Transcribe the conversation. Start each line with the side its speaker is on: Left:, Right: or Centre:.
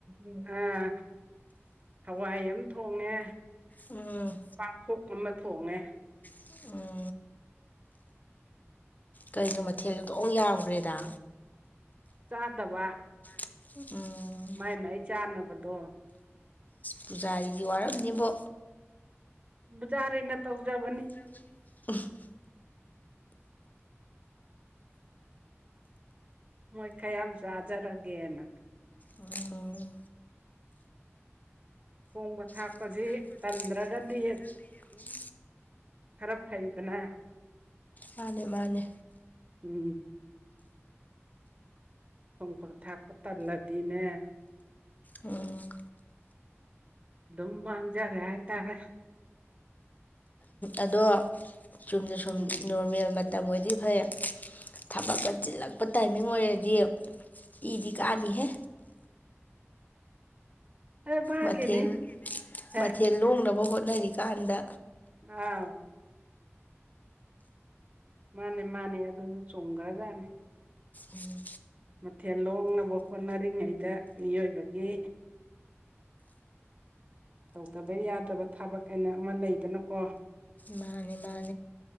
Right: ꯎ ꯑꯥ ꯍꯋꯥꯏ ꯑꯃ ꯊꯣꯡꯉꯦ
Left: ꯎꯝ
Right: ꯄꯥꯡꯈꯣꯛ ꯑꯃ ꯊꯣꯡꯉꯦ
Left: <inaudible> ꯀꯩꯅꯣ ꯃꯊꯦꯜꯗꯣꯛ ꯌꯥꯝꯈ꯭ꯔꯦꯗ
Right: ꯆꯥꯗꯕ
Left: <inaudible> ꯑꯁ
Right: ꯃꯥꯏ ꯃꯥꯏ ꯆꯥꯅꯕꯗꯣ
Left: ꯄꯨꯖꯥꯔꯤꯗꯤ ꯋꯥꯔꯝꯅꯤꯕꯣ
Right: ꯕꯖꯥꯔꯩꯅ ꯇꯧꯖꯕꯅꯤ
Left: ꯔꯕꯅꯤ <unintelligible>
Right: ꯃꯣꯏ ꯈꯌꯥꯝ ꯆꯥꯖꯔꯒꯦꯅ
Left: ꯍꯜꯂꯣ
Right: ꯊꯣꯡꯕ ꯊꯥꯛꯄꯁꯤ
Left: ꯄꯨꯟꯕꯊꯥꯄꯚ
Right: ꯇꯟꯗ꯭ꯔꯒꯗꯤ
Left: ꯇ ꯔꯒꯕꯤ ꯑꯗꯨꯝ
Right: ꯈꯔ ꯐꯩꯗꯅ
Left: ꯃꯥꯅꯦ ꯃꯥꯅꯦ
Right: ꯎꯝ ꯊꯣꯡꯕ ꯊꯥꯛꯄ ꯇꯜꯂꯗꯤꯅꯦ
Left: ꯎꯝ
Right: ꯑꯗꯨꯃ ꯍꯪꯖꯦ ꯍꯥꯏꯔ
Left: ꯑꯗꯣ ꯆꯨꯝꯅ ꯁꯨꯝ
Right: ꯎꯝ
Left: ꯅꯣꯔꯃꯦꯜ ꯃꯇꯝ ꯑꯣꯏꯗꯤ ꯐꯩ ꯊꯕꯛꯀ ꯆꯤꯜꯂꯛꯄ ꯇꯥꯏꯃꯤꯡ ꯑꯣꯏꯔꯗꯤ ꯏꯗꯤ ꯀꯥꯅꯤꯍꯦ
Right: ꯑꯦ ꯚꯥꯒꯤꯅꯤ
Left: ꯃꯊꯦꯜ
Right: ꯍꯦ
Left: ꯃꯊꯦꯜ ꯂꯣꯡꯅꯕ ꯍꯣꯠꯅꯔꯤꯀꯥꯟꯗ
Right: ꯑꯥꯎ ꯃꯥꯅꯦ ꯃꯥꯅꯦ ꯑꯗꯨ ꯆꯨꯝꯒꯔꯖꯥꯠꯅꯦ
Left: ꯎꯝ
Right: ꯃꯊꯦꯜ ꯂꯣꯡꯅꯕ ꯍꯣꯠꯅꯔꯤꯉꯩꯗ ꯃꯤꯑꯣꯏꯕꯒꯤ ꯇꯧꯗꯕ ꯌꯥꯗꯕ ꯊꯕꯛ ꯑꯅ ꯑꯃ ꯂꯩꯗꯅꯀꯣ
Left: ꯃꯥꯅꯦ ꯃꯥꯅꯦ